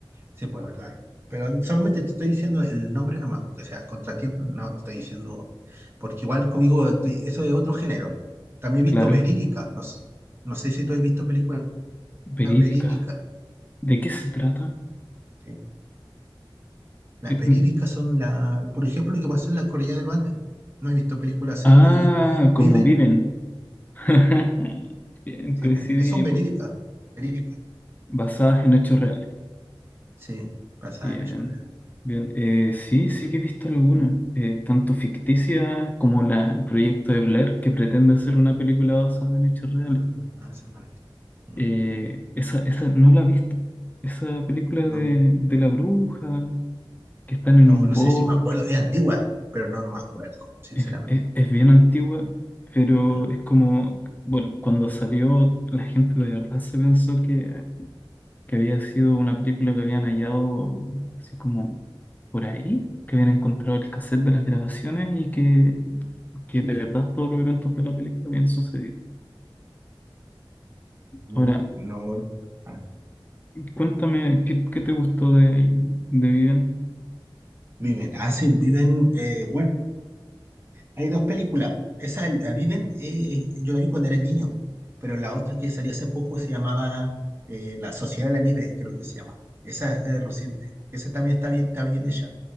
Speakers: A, on the right; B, on the left.
A: Sí, pues verdad. Pero solamente te estoy diciendo el nombre nomás, porque, o sea, contratiempo, no te estoy diciendo, porque igual conmigo estoy- eso es otro género. También he
B: Claro,
A: visto verídicas, no sé, no sé si tú has visto películas
B: verídica.
A: verídicas.
B: ¿De qué se trata?
A: Sí. Las
B: Eh, mm.
A: verídicas son la, por ejemplo, lo que pasó en la Cordillera de los Andes. po. No he visto películas así
B: Ah,
A: de
B: como
A: Viven,
B: viven. <laughs> Bien,
A: sí,
B: coincidimos.
A: pues, Es- Son verídicas, Verídicas.
B: Basadas en hechos reales.
A: sí, basadas
B: Bien,
A: en hechos reales.
B: bien. Eh, sí, sí que he visto algunas, eh, tanto ficticias como la, el proyecto de Blair, que pretende hacer una película basada en hechos reales.
A: Ah, ah, esa no la he visto. Mm,
B: Eh, esa, esa no la he visto. Esa película
A: No,
B: de,
A: no,
B: de la bruja, que están en
A: no,
B: un
A: no
B: bosque,
A: sé si me acuerdo, es antigua, pero no, no me acuerdo, sinceramente.
B: es, es, es bien antigua, pero
A: Mm.
B: es como, bueno, cuando salió la gente de verdad se pensó que que había sido una película que habían hallado así como por ahí, que habían encontrado el cassette de las grabaciones y que, que de verdad todos los eventos de la película habían sucedido.
A: Mm,
B: Ahora,
A: No, ah,
B: cuéntame, ¿qué, qué te gustó de, de Viven?
A: Viven. Ah, sí, Viven. eh, bueno, hay dos películas. Esa, el- la Viven, eh, yo la vi cuando era niño, pero la otra que salió hace poco se llamaba eh, La Sociedad de la Nieve, creo que se llama. Esa es eh, reciente. Esa también está bien, está bien hecha.